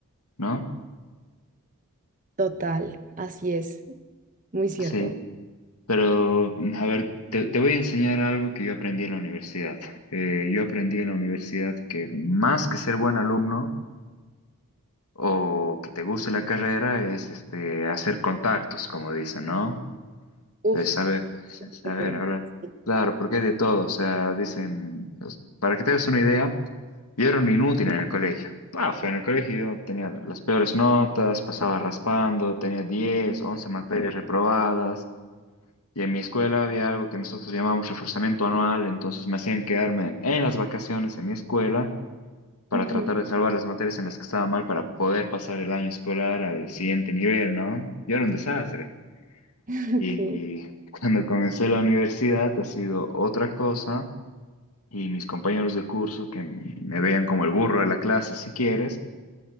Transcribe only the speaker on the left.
¿no?
Sí. Pero, mm, a ver, te, te voy a enseñar algo que yo aprendí en la universidad. Eh, yo aprendí en la universidad que más que ser buen alumno o que te guste la carrera es, este, hacer contactos, como dicen, ¿no?
de saber, saber
hablar.
Claro, porque es de todo, o sea, dicen, os- para que te hagas una idea, yo era un inútil en el colegio. Paf, en el colegio yo tenía las peores notas, pasaba raspando, tenía 10 11 materias reprobadas, y en mi escuela había algo que nosotros llamamos reforzamiento anual, entonces me hacían quedarme en las vacaciones en mi escuela para
tratar de salvar las materias en las que estaba mal para poder pasar el año escolar al siguiente nivel, ¿no? Yo era un desastre.
Y
cuando comencé la universidad ha sido otra cosa y mis compañeros de curso que me veían como el burro de la clase, si quieres,